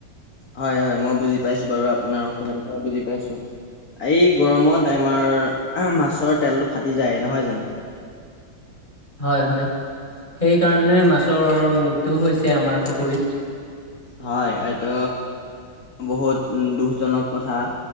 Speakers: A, on the left; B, on the left.
A: হয় হয়, মই বুজি পাইছোঁ বাৰু আপোনাৰ অসুবিধাটো বুজি পাইছোঁ। এই গৰমত আমাৰ মাছৰ তেলটো ফাটি যায় নহয় জানো?
B: হয় হয়, সেইকাৰণে মাছৰ মৃত্যুও হৈছে আমাৰ পুখুৰীত।
A: হয় এইটো বহুত দুখজনক কথা।